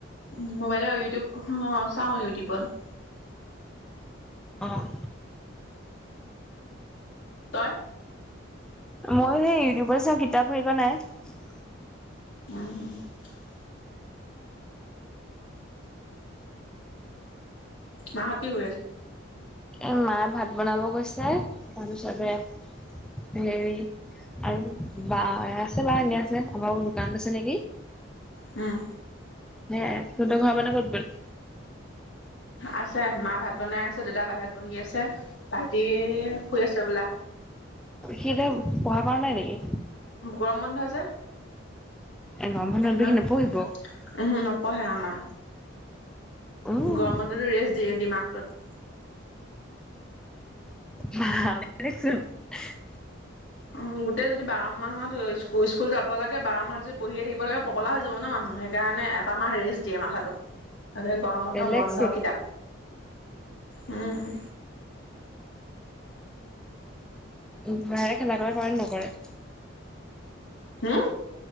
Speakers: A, on the left; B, in the centre.
A: উ মোবাইলৰ ইউটিউব অ চাওঁ ইউটিউবত
B: অ',
A: তই।
B: মই সেই ইউটিউবৰ চাওঁ কিতাপ হেৰী কৰা নাই।
A: <unintelligible> মাহঁত কি কৰি আছে?
B: এ মায়ে ভাত বনাব গৈছে, তাৰপিছতে হেৰি আৰু বা আছে বা এনে আছে আপোনালোকৰ দোকানত আছে নেকি?
A: উম।
B: হে তহঁতৰ ঘৰৰ মানুহ ক'ত গল?
A: আছে মা ভাত বনাই আছে, দেউতা বাহিৰত বহি আছে ভাইটি শুই আছে হবলা।
B: সি এতিয়া পঢ়া কৰা নাই নেকি?
A: গৰমবন্ধ যে।
B: এনভাইৰনমেণ্ট
A: <unintelligible>
B: সি নপঢ়িব
A: উহো, নপঢ়ে আমাৰ।
B: উম
A: গৰমবন্ধতো ৰেষ্ট দিয়ে দিমাকটোত।
B: <unintelligible>
A: অ', গোটেই যদি বা মাহত স্কু-স্কুল যাব লাগে বাৰমাহ যে পঢ়িয়ে থাকিবা লাগে পগলা হৈ যাব ন মানুহ সেইকাৰণে এটা মাহ ৰেষ্ট দিয়ে মাথা তোক। গৰমবন্ধ
B: বেলেগচোন
A: বন্ধ কিতাপ। উম।
B: <unintelligible> খেলা কৰা কৰেণ নকৰে?
A: হম?